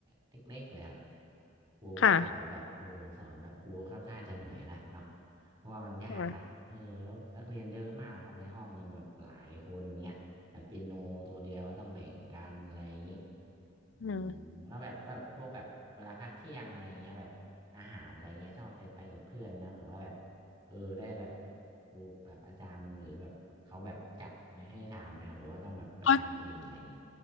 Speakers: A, on the right; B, on the left.
A: เล็กๆเลยครับครูก็สอนแบบมืออสอนแบบครูค่อนข้างจะเหนื่อยนะเนาะ
B: ค่ะ
A: เพราะว่ามันยากนะเออแล้วนักเรียนเยอะมากครับในห้องหนึ่งแบบหลายคนเงี้ย
B: ค่ะ
A: แต่เปียโนตัวเดียวก็ต้องแบ่งกันอะไรอย่างนี้อืมแล้วแบบแบบพวกแบบเวลาพักเที่ยงอะไรเงี้ยแบบอาหารอะไรเงี้ยชอบไปไปกับเพื่อนนะหรือว่าแบบ
B: อืม
A: เออได้แบบครูแบบอาจารย์หรือแบบเขาแบบจัดไว้ให้ทานไหมครับหรือว่าต้องแบบไปทานเองอะไรอย่างนี้
B: เขา